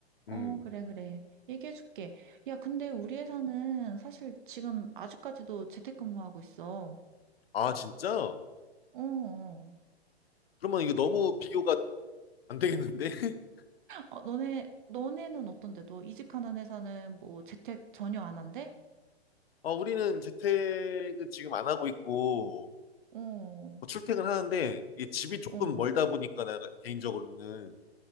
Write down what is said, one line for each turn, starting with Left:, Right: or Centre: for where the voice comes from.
Right: 어,
Left: 음.
Right: 그래, 그래. 얘기해줄게. 야, 근데 우리 회사는 사실 지금 아직까지도 재택근무하고 있어.
Left: 아, 진짜?
Right: 어, 어.
Left: 그러면 이거 너무 비교가 안 되겠는데? <laughs>
Right: 어, 너네, 너네는 어떤데? 너 이직하는 회사는 뭐 재택 전혀 안 한대?
Left: 어, 우리는 재택은 지금 안 하고 있고,
Right: 어,
Left: 뭐 출퇴근하는데, 이 집이 조금
Right: 어.
Left: 멀다 보니까, 내가 개인적으로는.